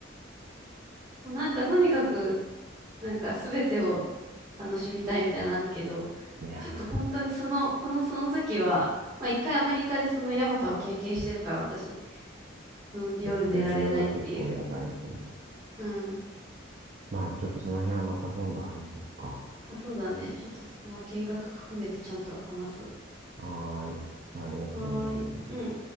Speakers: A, on the right; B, on the right.
A: もうなんかとにかく、なんか全てを楽しみたいみたいなのあるけど、
B: いやー、
A: ちょっと本当にその、このその時は、まあ一回アメリカでそのやばさを経験してるから私、その夜寝られないっていう。
B: 絶対それは結構やばいと思う。
A: うん。
B: まあちょっとその辺はまた今度話そうか。
A: あ、そうだね。ちょっとそこは計画含めてちゃんと話す。は
B: はーい。ありがとうね。
A: ーい。うん